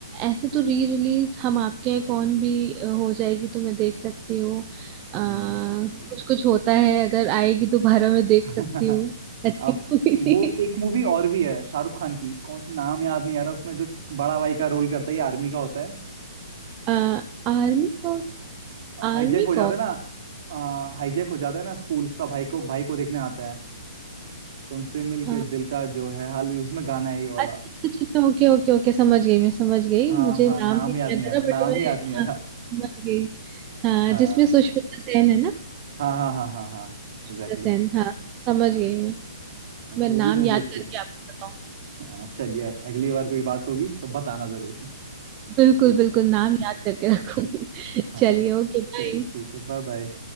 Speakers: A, on the right; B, on the right.
A: ऐसे तो री रिलीज हम आपके हैं कौन भी अ, हो जाएगी तो मैं देख सकती हूँ अ,
B: हम्म
A: कुछ कुछ होता है अगर आएगी दोबारा मैं देख
B: <laughs>
A: सकती हूँ अच्छी
B: आप
A: मूवी
B: वो
A: थी
B: एक मूवी और भी है शाहरुख खान की कौन नाम याद नहीं आ रहा उसमें जो बड़ा भाई का रोल करता है ये आर्मी का होता है
A: अ, आर्मी कौन आर्मी
B: हाईजैक हो जाता
A: कौन
B: है ना हाईजैक हो जाता है ना स्कूल उसका भाई को भाई को देखने आता है तुमसे मिलके
A: अ,
B: दिल का जो है हाल उसमें गाना है ये वाला
A: अच्छा अच्छा अच्छा अच्छा ओके ओके ओके समझ गई मैं समझ गई
B: हाँ
A: मुझे
B: हाँ
A: नाम
B: नाम
A: भी नहीं
B: याद नहीं
A: याद
B: आ
A: आ
B: रहा
A: रहा
B: नाम
A: बट मैं
B: ही याद नहीं आ
A: हाँ
B: रहा
A: समझ गई हाँ
B: हाँ
A: जिसमें सुष्मिता सेन है ना
B: हाँ हाँ हाँ हाँ हाँ
A: सुष्मिता
B: एग्जैक्टली
A: सेन हाँ समझ गई मैं
B: हाँ
A: मैं
B: वो
A: नाम
B: भी मूवी
A: याद
B: अच्छी
A: करके
B: है
A: आपको बताऊँ
B: हाँ चलिए अगली बार कोई बात होगी तो बताना जरूर <laughs>
A: बिल्कुल
B: ठीक
A: बिल्कुल नाम याद करके रखूंगी <laughs>
B: हाँ
A: चलिए ओके बाय
B: चलिए ठीक है बाय बाय